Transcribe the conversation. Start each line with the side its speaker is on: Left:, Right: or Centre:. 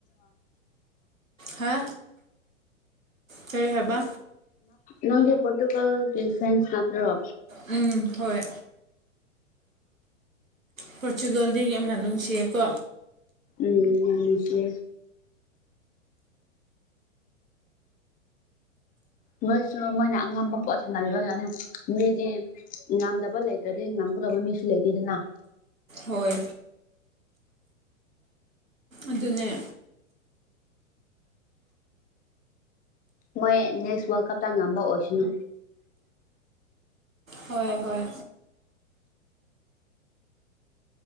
Right: ꯍꯥ ꯀꯔꯤ ꯍꯕ
Left: ꯅꯪꯒꯤ ꯄꯣꯣꯔꯇꯨꯒꯜ ꯐ꯭ꯔꯦꯟꯁ ꯅꯠꯇ
Right: ꯎꯝ ꯍꯣꯏ ꯄꯣꯔꯆꯨꯒꯜꯗꯤ ꯌꯥꯝꯅ ꯅꯨꯡꯁꯤꯌꯦꯀꯣ
Left: ꯎꯝꯅꯨꯡꯁꯤꯦ ꯃꯣꯏꯁꯨ ꯃꯣꯏꯅ ꯑꯉꯝꯕ ꯄꯣꯠꯁꯟꯅꯂ ꯌꯥꯅꯤ ꯃꯤꯗꯤ ꯉꯝꯗꯕ ꯂꯩꯇ꯭ꯔꯗꯤ ꯀꯕ ꯃꯤꯁꯦꯅ
Right: ꯍꯣꯏ ꯑꯗꯨꯅꯦ
Left: ꯃꯣꯏ ꯅꯦꯛꯁ ꯋꯥꯔꯜ ꯀꯞꯇ ꯉꯝꯕ ꯑꯣꯏꯁꯅꯣ
Right: ꯍꯣꯏ ꯍꯣꯏ